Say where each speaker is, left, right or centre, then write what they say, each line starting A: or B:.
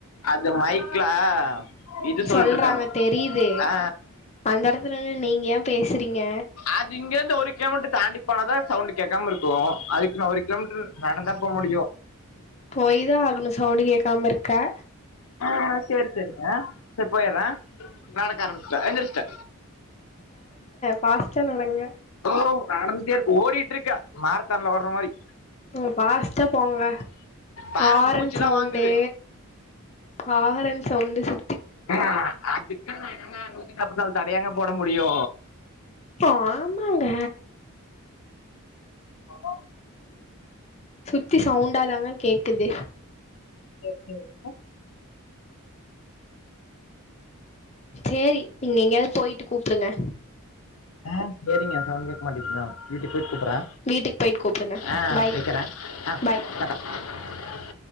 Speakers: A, on the left (about 70°); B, on the left (about 30°).
A: அது மைக்லா இது சொல்ட்டுருக்காங்க
B: சொல்கிறாங்க தெரியுது
A: அ
B: அந்த இடத்துல நின்னு நீங்கள் ஏன் பேசுகிறீங்க
A: அது இங்கருந்து ஒரு கிலோமீட்டர் தாண்டி போனதா சவுண்ட் கேட்காம இருக்கு அதுக்கு நா ஒரு கிலோமீட்டர் நடந்தாபோ முடியு
B: போய்தா ஆகணு சவுண்ட் கேக் க்காமர்க்க
A: ஆ சேரி சேரிங்க சேரி போய்றே நடக்க ஆரம்பிச்டே எந்திச்டே
B: பாஸ்டா நடங்க
A: ஓ நடந்தே இருக் ஓடிட்டுருக்கா மாரத்தான்ல ஓடற மாரி
B: ம் பாஸ்டா போங்க
A: பாருங்க
B: ஆரன்சவுண்டு
A: மூச்சுலாம் வாங்குது
B: ஆரஞ் சவுண்டு சு
A: ஆ <unintelligible> <unintelligible> தடையாங்க போட முடியு
B: ஆமாங்க
A: ஆமா
B: சுத்தி சவுண்டாதாங்க கேக்குது
A: எப்பிடிருந்து
B: சேரி நீங்க எங்கேயாது போயிட்டு கூப்டுங்க
A: ஆ சேரிங்க சவுன்ட் கேக்மாட்டுது தா வீட்டு போயிட்டு கூப்பறே
B: வீட்டுக்கு போயிட்டு கூப்பிடுங்க
A: ஆ
B: பாய்
A: வைக்கறே ஆ
B: பாய்
A: <unintelligible>